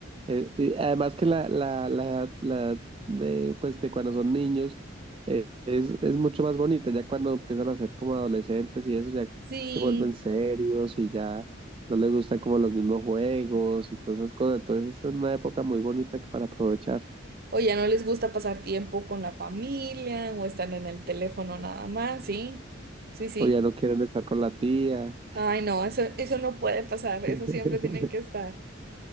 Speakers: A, on the right; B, on the right.
A: eh, y además que la, la, la, la de, pues, de cuando son niños eh, es, es mucho más bonita, ya cuando empiezan a ser como adolescentes y eso, ya
B: Sí,
A: se vuelven serios y ya no les gustan como los mismos juegos y todas esas cosas. Entonces, es una época muy bonita para aprovechar.
B: o ya no les gusta pasar tiempo con la familia o están en el teléfono nada más, sí, sí, sí.
A: o ya no quieren estar con la tía.
B: Ay, no, eso, eso no puede pasar, eso
A: <laughs>
B: siempre tienen que estar.